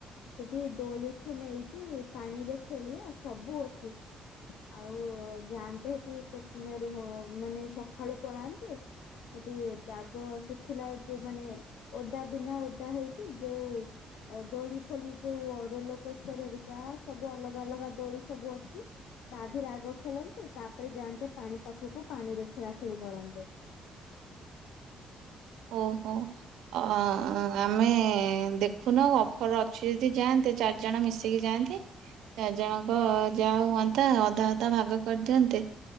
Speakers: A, on the left; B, on the right.
A: ସେଠି ଦୋଳିଠୁ ନେଇକି ପାଣିରେ ଖେଳିଆ ସବୁ ଅଛି। ଆଉ ଯାଆନ୍ତେ ସେଠି କେତେଦିନ ରୁହ ମାନେ ସକାଳୁ ପଳାନ୍ତେ। ସେଠି ଦାଗ ଶୁଖିଲା ଯୋଉ ମାନେ ଓଦା ବିନା ଓଦା ହେଇକି ଯୋଉ। ଆଉ ଦୋଳି ଫୋଳି ଯୋଉ ରୋଲ କୋଷ୍ଠ ଧରିକା ସବୁ ଅଲଗା ଅଲଗା ଦୋଳି ସବୁ ଅଛି। ରାଧେ ଆଗ ଖେଳନ୍ତେ ତାପରେ ଯାଆନ୍ତେ ପାଣି ପାଖକୁ ପାଣି ରେ ଖେଳାଖେଳି କରନ୍ତେ।
B: ଓହୋ ଅ ଆମେ ଦେଖୁନ ଅଫର ଅଛି ଯଦି ଯାଆନ୍ତେ। ଚାରିଜଣ ମିଶିକି ଯାଆନ୍ତେ। ଚାରି ଜଣଙ୍କ ଯାହା ହୁଅନ୍ତା ଅଧା ଅଧା ଭାଗ କରିଦିଅନ୍ତେ।